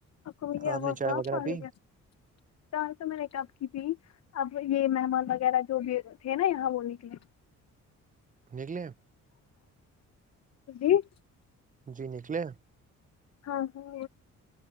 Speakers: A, on the left; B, on the right.
A: کوئی
B: آپ نے چائے
A: صا
B: وغیرہ پی
A: گ چاہے تو میں نے کب کی بھی اب یہ مہمان وغیرہ جو بھی تھے نا یہاں وہ نکلے
B: نکلے ہیں
A: ی <unintelligible>
B: جی نکلے
A: ہاں ہاں